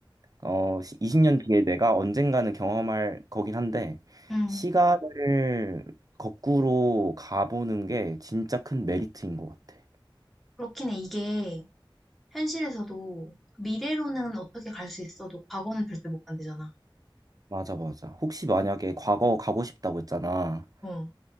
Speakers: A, on the right; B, in the centre.
A: 어, 시- 20년 뒤에 내가 언젠가는 경험할 거긴 한데
B: 음.
A: 시간을 거꾸로 가보는 게 진짜 큰 메리트인 것 같아.
B: 그렇긴 해. 이게 현실에서도 미래로는 어떻게 갈 수 있어도 과거는 절대 못 간대잖아.
A: 맞아, 맞아. 혹시 만약에 과거 가고 싶다고 했잖아.
B: 어.